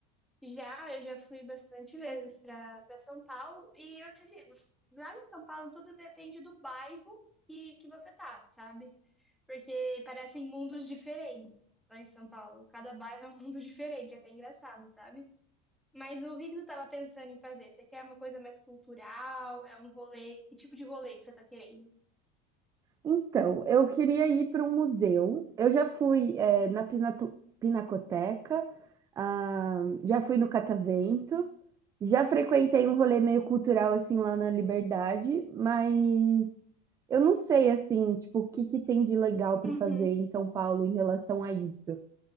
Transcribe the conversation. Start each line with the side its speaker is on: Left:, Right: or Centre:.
Centre: Já, eu já fui bastante vezes para para São Paulo e eu te digo, lá em São Paulo tudo depende do bairro que, que você tá, sabe? Porque parecem mundos diferentes lá em São Paulo. Cada bairro é um mundo <laughs> diferente, é até engraçado, sabe? Mas o que que tu tava pensando em fazer? Você quer uma coisa mais cultural? É um rolê? Que tipo de rolê que você tá querendo?
Right: Então, eu queria ir para um museu. Eu já fui, eh, na Pinatu Pinacoteca, ah, já fui no Catavento, já frequentei um rolê meio cultural, assim, lá na Liberdade, mas eu não sei, assim, tipo, o que que tem de legal para
Centre: Uhum.
Right: fazer em São Paulo em relação a isso.